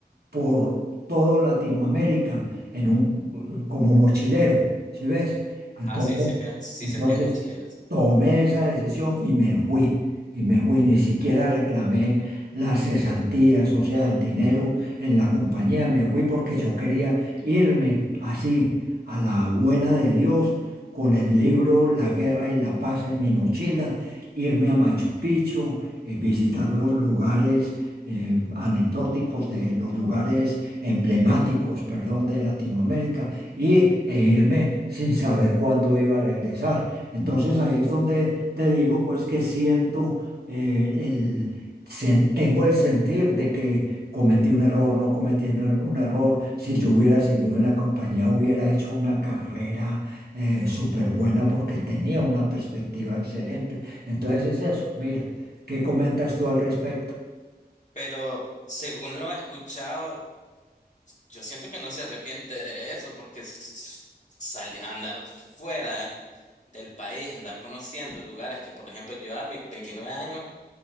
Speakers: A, on the right (about 70°); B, on the left (about 45°).
A: por todo Latinoamérica en un, como mochilero, ¿sí ves?
B: Ajá,
A: Entonces,
B: sí sé que, sí
A: entonces
B: sé que es mochilero, sí.
A: tomé esa decisión y me fui, y me fui, ni siquiera reclamé las cesantías, o sea, el dinero en la compañía, me fui porque yo quería irme así, a la buena de Dios, con el libro La Guerra y la Paz en mi mochila, irme a Machu Picchu, eh, visitar los lugares eh, anecdóticos de los lugares emblemáticos, perdón, de Latinoamérica y, e irme sin saber cuándo iba a regresar. Entonces ahí es donde te digo, pues que siento eh, el... sen- Tengo el sentir de que cometí un error, no cometí un er- un error. Si yo hubiera seguido en la compañía, hubiera hecho una carrera eh, súper buena porque tenía una perspectiva excelente. Entonces es eso. Mira, ¿qué comentas tú al respecto?
B: Pero según lo he escuchado, yo siento que no se arrepiente de eso porque s- s- sali- andar fuera. del país, andar conociendo lugares que, por ejemplo, yo a mis 29 años